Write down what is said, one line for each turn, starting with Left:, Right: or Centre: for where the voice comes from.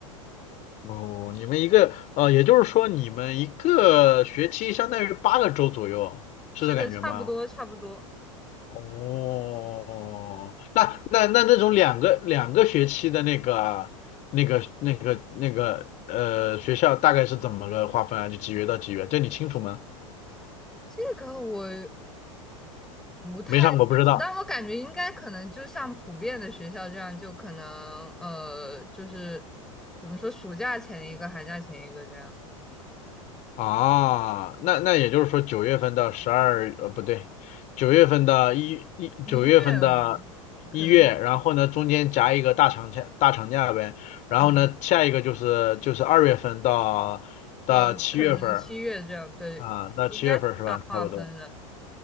Left: 哦，你们一个，呃，也就是说你们一个学期相当于八个周左右，
Centre: <laughs> 是的，
Left: 是这感觉吗？
Centre: 差不多差不多。
Left: 哦，那那那那种两个两个学期的那个啊那个那个那个呃学校大概是怎么个划分啊？就几月到几月？这你清楚吗？
Centre: 这个我不太清楚，
Left: 没上过不知道
Centre: 但我感觉应该可能就像普遍的学校这样，就可能呃，就是怎么说，暑假前一个，寒假前一个这样，
Left: 啊。那那也就是说九月份到十二呃不对，九月份的一一九月份的一月，
Centre: 一月可能
Left: 然后呢中间夹一个大长假大长假呗，然后呢下一个就是就是二月份到到七月份儿
Centre: 嗯到可能七月这样，对，
Left: 啊，到七月份儿是吧？
Centre: 应该是划分的。
Left: 差不多。